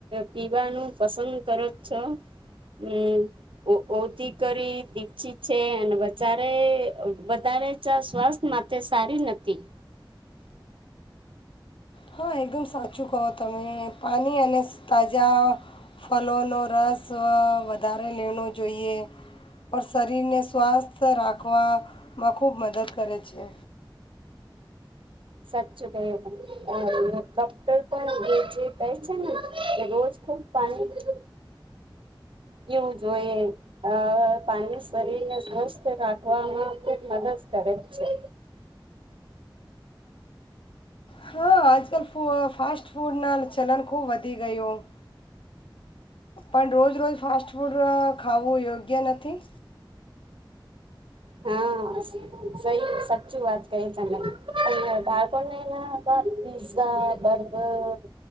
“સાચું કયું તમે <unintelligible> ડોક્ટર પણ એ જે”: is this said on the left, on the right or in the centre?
Right